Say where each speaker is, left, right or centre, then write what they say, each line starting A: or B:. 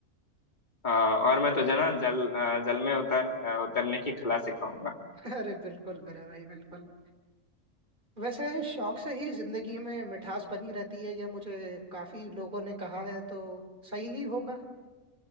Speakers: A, on the left; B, on the right.
A: हाँ और मैं तुझे ना जल अ, जल में उतर अ, उतरने की कला सिखाऊंगा
B: <laughs> अरे बिल्कुल मेरे भाई बिल्कुल वैसे शौक से ही जिंदगी में मिठास बनी रहती है यह मुझे काफी लोगों ने कहा है तो सही ही होगा